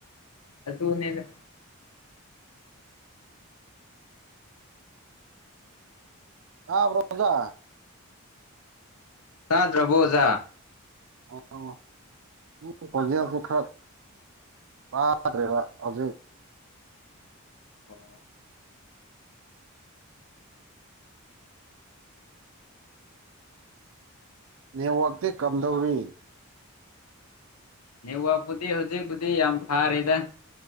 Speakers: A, on the left; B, on the right.
A: ꯑꯗꯨꯅꯦꯗ
B: ꯇꯥꯕ꯭ꯔꯣ ꯑꯣꯖꯥ?
A: ꯇꯥꯗ꯭ꯔꯕꯣ ꯑꯣꯖꯥ?
B: ꯑꯣ ꯑꯣ ꯅꯪꯒꯤ ꯈꯣꯟꯖꯦꯜꯁꯦ ꯈ꯭ꯔꯕ ꯇꯥꯗ꯭ꯔꯦꯕ ꯍꯧꯖꯤꯛ
A: ꯑꯣ
B: ꯅꯦꯠꯋꯥꯛꯇꯤ ꯀꯝꯗꯧꯔꯤ?
A: ꯅꯦꯠꯋꯥꯛ ꯄꯨꯗꯤ ꯍꯧꯖꯤꯛ ꯄꯨꯗꯤ ꯌꯥꯝ ꯐꯥꯔꯦꯗꯥ